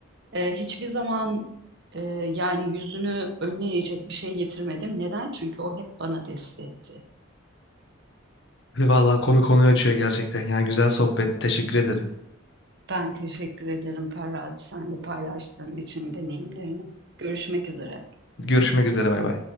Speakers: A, on the right (about 55°); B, on the left (about 60°).
A: Ee, hiçbir zaman e, yani yüzünü önüne eğecek bir şey getirmedim. Neden? Çünkü o hep bana destekti.
B: Vallahi konu konuyu açıyor gerçekten ya. Güzel sohbet. Teşekkür ederim.
A: Ben teşekkür ederim Ferhat, sen de paylaştığın için deneyimlerini. Görüşmek üzere.
B: Görüşmek üzere bay bay.